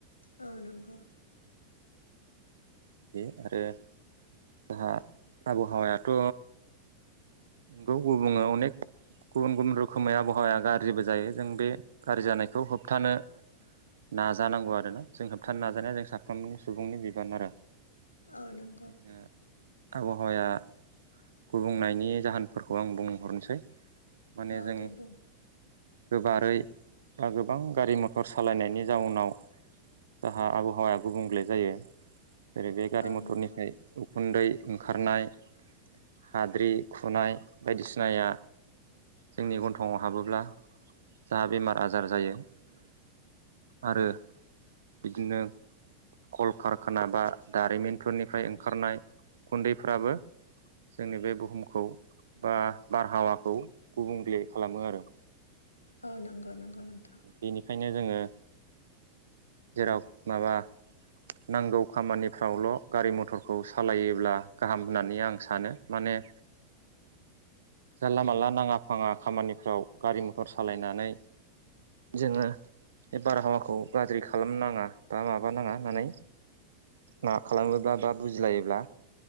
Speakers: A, on the left; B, on the right.
A: औ नंगौ
B: बेयो आरो जोंहा आबहावायाथ' नंगौ गुबुङो अनेक गुबुन गुबुन रोखोमै आबहावाया गाज्रिबो जायो जों बे गाज्रि जानायखौ होबथानो नाजानांगौ आरो ना जों होबथानो नाजानाया जों साफ्रोमनि सुबुंनि बिबान आरो।
A: औ नों
B: जोंहा आबहावाया गुबुंनायनि जाहोनफोरखौ आं बुंहरनोसै। माने
A: औ
B: जों
A: दे बुं
B: गोबारै बा गोबां गारि मथर सालायनायनि जाउनाव जाहा आबहावाया गुबुंले जायो। जेरै बे गारि
A: औ
B: मथरनिफ्राय
A: नंगौ
B: उखुन्दै ओंखारनाय हाद्रि खुनाय बायदिसिनाया जोंनि गन्थंआव हाबोब्ला जा बेमार आजार जायो आरो बिदिनो कल कारखाना बा दारिमिनफोरनिफ्राय ओंखारनाय गुन्दैफ्राबो जोंनि बे बुहुमखौ बा बारहावाखौ गुबुंले खालामो आरो।
A: औ नंगौ नंगौ नोंथां
B: बेनिखायनो जोङो जेराव माबा नांगौ खामानि फ्रावल' गारि मथरखौ सालायोब्ला गाहाम होननानै आं सानो माने जानला मानला नाङा फाङा खामानिफ्राव गारि मथर सालायनानै जोङो बे बारहावाखौ गाज्रि खालाम नाङा बा माबानाङा होननानै मा खालामोब्ला बा बुजिलायोब्ला